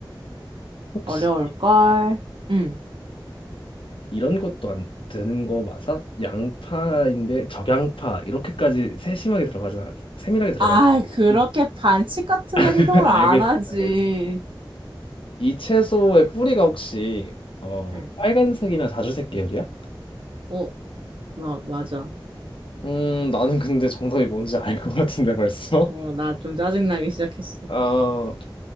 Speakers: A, on the left; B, on the right.
A: 혹시
B: 어려울걸? 응.
A: 이런 것도 안 되는 거 맞아? 양파인데 적양파 이렇게까지 세심하게 들어가지 않- 세밀하게 들어가지
B: 아, 그렇게
A: 않-
B: 반칙 같은
A: <laughs>
B: 행동은
A: 아,
B: 안
A: 알겠어,
B: 하지.
A: 알겠어. 이 채소의 뿌리가 혹시 어
B: 응.
A: 빨간색이나 자주색 계열이야?
B: 어, 나, 맞아.
A: 음, 나는 근데 정답이 뭔지 알 것 같은데 벌써.
B: 어, 나 좀 짜증나기 시작했어.
A: <laughs> 아